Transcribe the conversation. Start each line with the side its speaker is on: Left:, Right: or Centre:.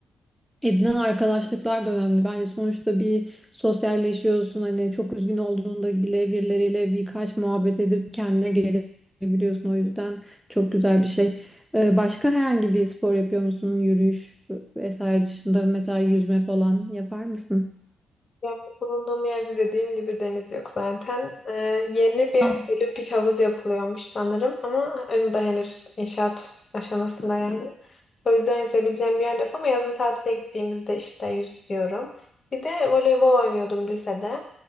Centre: Edinen arkadaşlıklar da önemli. Bence sonuçta bir sosyalleşiyorsun. Hani çok üzgün olduğunda bile birileriyle birkaç muhabbet edip kendine gelebiliyorsun. O yüzden çok güzel bir şey. Ee, başka herhangi bir spor yapıyor musun? Yürüyüş vesaire dışında mesela yüzme falan yapar mısın?
Left: Yani bulunduğum yerde dediğim gibi deniz yok zaten. Ee, yeni bir
Centre: Ha,
Left: olimpik havuz yapılıyormuş sanırım ama onu da henüz inşaat aşamasında yani. O yüzden yüzebileceğim bir yer yok ama yazın tatile gittiğimizde işte yüzüyorum. Bir de voleybol oynuyordum lisede.